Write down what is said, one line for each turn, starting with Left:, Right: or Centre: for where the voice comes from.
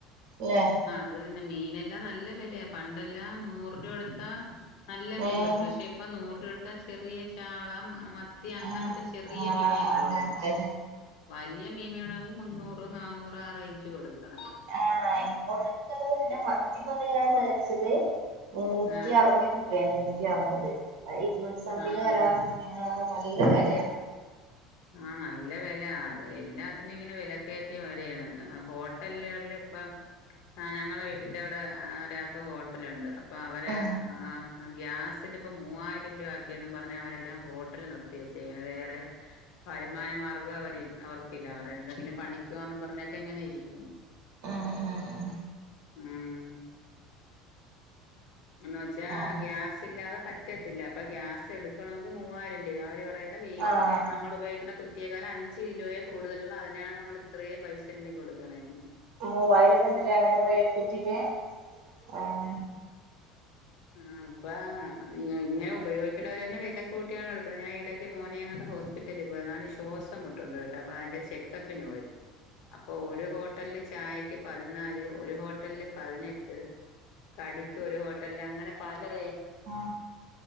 Right: ല്ലേ
Left: ത് തന്നെ മീനെല്ലാം നല്ല വിലയാ പണ്ടെല്ലാം നൂറ് രൂപ കൊടുത്താ നല്ല മീൻ
Right: ഏഹ്
Left: കിട്ടും പക്ഷെ ഇപ്പം നൂറ് രൂപ കൊടുത്താ ചെറിയ ചാള മത്തി അങ്ങനത്തെ
Right: ആഹ്
Left: ചെറിയ
Right: ആഹ്
Left: മീനെ കിട്ടൊള്ളു
Right: അതെ അതെ അതെ
Left: വല്യ മീൻ വേണമെങ്കിൽ മുന്നൂറ് നാഞ്ഞൂറ് ആ റേഞ്ച് കൊടുക്കണം
Right: ആഹ് നൂറ്പ്യല്ല മത്തിപ്പെ ഇന്ന് ഞാൻ മേടിച്ചത് നൂറ്റി
Left: ആഹ്
Right: അറുപത് രൂപയാണ് നൂറ്റി അറുപത് ഇരുന്നൂറ്റി സംതിങ്ങ്
Left: ആഹ്
Right: വരാ ആഹ് നല്ല വെലയാ
Left: ആഹ് നല്ല വെല അത് എല്ലാത്തിനും ഇങ്ങനെ വില കയറ്റി വരയാണ് ഹോട്ടലുകളിൽ ഇപ്പം ആഹ് ഞങ്ങളെ വീട്ടിന്റെ അവിടെ ഒരാൾക്ക് ഹോട്ടലുണ്ട് അപ്പൊ അവരെ
Right: ഉം
Left: ആഹ് അഹ് ഗ്യാസിന് ഇപ്പം മൂവ്വായിരം രൂപ ആക്കിയെന്നും പറഞ്ഞ അവരെല്ലാം ഹോട്ടല് നിർത്തി വെച്ചെക്ക്ണ് വേറെ വരുമാന മാർഗം അവര് അവർക്കില്ല അവർ എന്തെങ്കിലും പണിക്കോവാന്ന് പറഞ്ഞൊക്കെ ഇങ്ങനെ ഇരിക്കുന്ന്
Right: ആഹ് ആഹ്ആഹ്
Left: ഉം എന്ന് വെച്ചാ
Right: ഓഹ്
Left: ഗ്യാസ് ഇല്ലാതെ പറ്റ പറ്റത്തില്ല അപ്പൊ ഗ്രാസ്എടുക്കണമെങ്കിൽ മൂവായിരം രൂപ അവര് പറയുന്ന വീട്ടില്
Right: ആഹ്
Left: നമ്മള് ഉപയോഗി കുറ്റിയേകാള് അഞ്ച് കിലോയേ കൂടുതലുള്ളൂ അതിനാണ് നമ്മള് ഇത്രയും പൈസ എണ്ണി കൊടുക്കണേന്ന്
Right: മൂവായിരം ഒക്കെ ഉണ്ടല്ലേ അങ്ങനെ പ്രവെറ്റ് കുറ്റിക്ക് ആഹ്
Left: ആ അപ്പ ഇങ്ങനെ ഉപയോഗിക്കുന്നവര് തന്നെ വില കൂട്ടിയാണ് എടുക്കുന്നത് ഞാൻ ഇടക്ക് മോനെങ്ങോണ്ട് ഹോസ് ഹോസ്പിറ്റലിൽ പോയി അവന്ശ്വാസംമുട്ടുണ്ട് ട്ടൊ അപ്പൊ അയിന്റെ ചെക്കപ്പിന് പോയി അപ്പോ ഓല് ഹോട് ഹോട്ടിൽ ചായക്ക് പതിനാല് ഒരു ഹോട്ടലില് പതിനെട്ട് കടിക്ക് ഒരു ഹോട്ട ട്ടലില് അങ്ങനെ പല റേറ്റ്
Right: ആഹ്